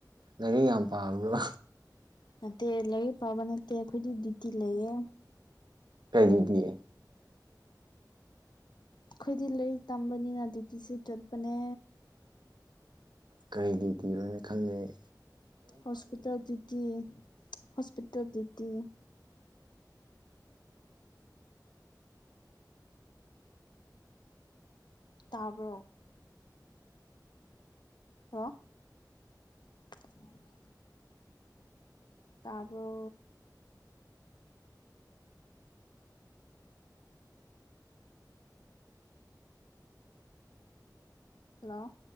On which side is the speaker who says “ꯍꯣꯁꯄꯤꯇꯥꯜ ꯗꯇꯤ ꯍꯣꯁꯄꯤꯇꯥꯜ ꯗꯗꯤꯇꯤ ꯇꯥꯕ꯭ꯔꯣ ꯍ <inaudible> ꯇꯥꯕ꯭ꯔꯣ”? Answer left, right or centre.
Left